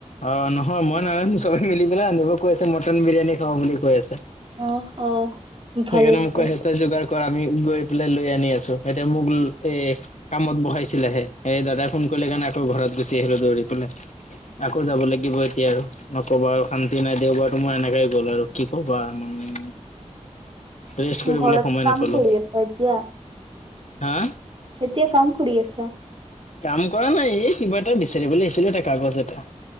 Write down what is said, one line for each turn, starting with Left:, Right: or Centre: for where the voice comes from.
Left: অঁ নহয় মই নাজানো চবে মিলি পেলাই ৰান্ধিব কৈ আছে মটন বিৰিয়ানী খাও বুলি কৈ আছে ।
Right: অ', অ'। ভালেই
Left: সেইকাৰণে
Right: তে
Left: মোক
Right: অ',
Left: কৈ আছে তই যোগাৰ। কৰ আমি গৈ পেলাই লৈ আনি আছোঁ এতিয়া মোকলৈ এই। কামত বহাইছিলেহে। এই দাদাই ফোন কৰিলে কাৰণে আকৌ ঘৰত গুচি আহিলো দৌৰি পেলাই। আকৌ যাব লাগিব এতিয়া আৰু নকবা আৰু শান্তি নাই দেওবাৰ তো মই এনেকাই গ'ল আৰু কি কবা মানে। ৰেষ্ট কৰিবলৈ
Right: ঘৰত
Left: সময়
Right: কাম
Left: নাপালো
Right: কৰি আছ এতিয়া।
Left: হা।
Right: এতিয়া কাম কৰি আছে, তাৰ।
Left: কাম কৰা নাই এই কিবা এটা বিচাৰিবলৈ আহিছিলোঁ এটা কাগজ এটা।